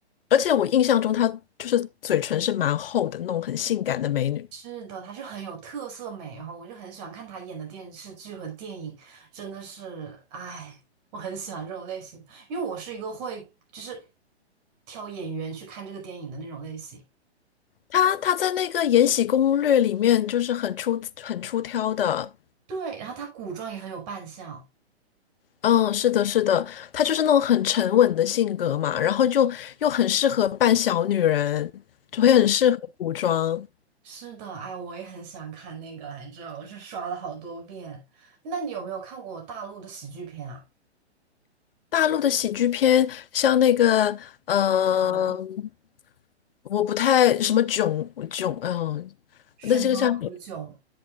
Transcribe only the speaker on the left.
而且我印象中她就是嘴唇是蛮厚的，那种很性感的美女。
她她在那个《延禧攻略》里面就是很出很出挑的。
嗯，是的，是的，她就是那种很沉稳的性格嘛，然后就又很适合扮小女人，就会很适合古装。
大陆的喜剧片，像那个，嗯，
我不太什么囧囧，嗯，
那这个叫什么